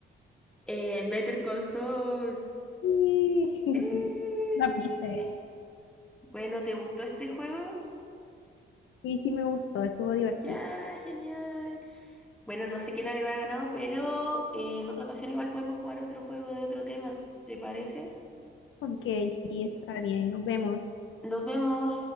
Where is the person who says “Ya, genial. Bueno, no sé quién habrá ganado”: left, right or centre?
Centre